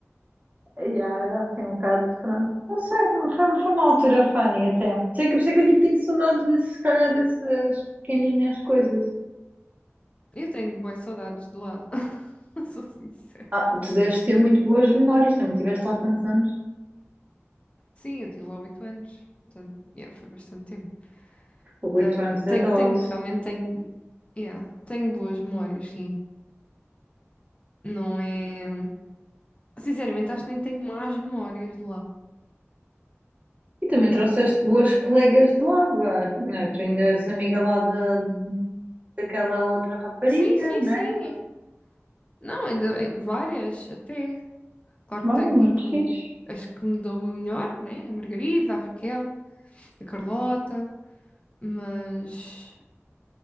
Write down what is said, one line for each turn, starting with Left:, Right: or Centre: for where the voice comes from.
Right: E ah, era assim um bocado, pronto. Não sei, foi, foi uma altura funny até. Sei que, por isso é que eu digo que tenho saudades, desse, se calhar, dessas pequeninas coisas.
Left: Eu tenho boas saudades de lá. <laughs> Sou sincera.
Right: Ah, tu deves ter muito boas memórias, também tiveste lá tantos anos.
Left: Sim, eu tive lá oito anos. Portanto, yeah, foi bastante tempo.
Right: Oito
Left: Tenho,
Right: anos
Left: tenho,
Right: é dose.
Left: tenho, realmente tenho, yeah, tenho boas memórias, sim. Não é. Sinceramente, acho que nem tenho más memórias de lá.
Right: E também trouxeste boas colegas de lá, vá, né? Tu ainda és amiga lá da, daquela outra rapariga,
Left: Sim, sim,
Right: né?
Left: sim. Não, ainda bem, várias até. Claro
Right: Mas
Left: que tenho
Right: é muito
Left: tipo
Right: fixe.
Left: as que me dão melhor, né? A Margarida, a Raquel, a Carlota, mas